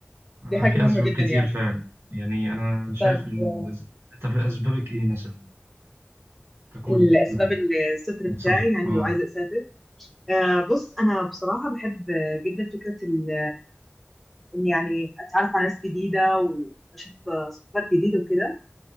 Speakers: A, on the right; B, in the centre.
A: أنا
B: دي حاجه
A: في
B: مهمه
A: أسباب
B: جدا
A: كتير
B: يعني
A: فعلا يعني أنا شايف
B: طب
A: من
B: آه،
A: بز... طب أسبابك إيه مثلا ككل
B: الاسباب
A: كل حاجة
B: السفر
A: السفر
B: بتاعي يعني
A: أه
B: لو عايزه اسافر آه، بص أنا بصراحة بحب جدا فكرة ال- إن يعني أتعرف على ناس جديدة وأشوف ثقافات جديدة وكده